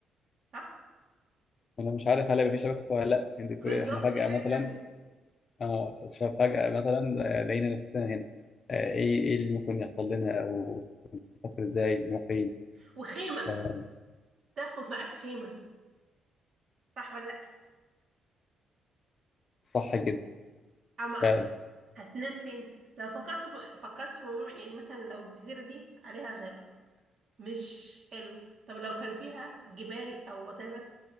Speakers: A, on the right (about 55°); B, on the left (about 45°).
A: صح؟
B: انا مش عارف هل هيبقى في شبكه ولا لا انت بتقولي
A: بالظبط
B: احنا فجاه
A: دي حاجة
B: مثلا
A: تانية
B: اه فجأة مثلا آه، لقينا نفسنا هنا آه، ايه ايه اللي ممكن يحصل لنا او نفكر ازاي نروح فين
A: وخيمة
B: آه،
A: تاخد معاك خيمة صح ولا لأ؟
B: صح جدا
A: أما
B: فعلا
A: هتنام فين؟ لو فكرت في فكرت في موضوع يعني مثلا لو الجزيرة دي عليها غابة مش حلو طب لو كان فيها جبال أو whatever